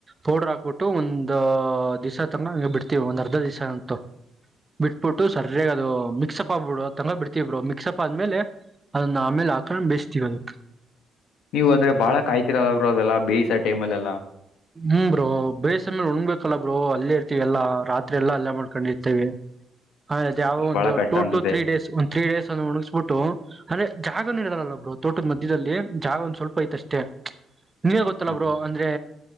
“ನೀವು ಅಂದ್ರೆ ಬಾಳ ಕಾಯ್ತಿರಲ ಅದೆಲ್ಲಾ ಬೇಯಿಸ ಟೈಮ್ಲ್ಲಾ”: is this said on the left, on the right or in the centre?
Left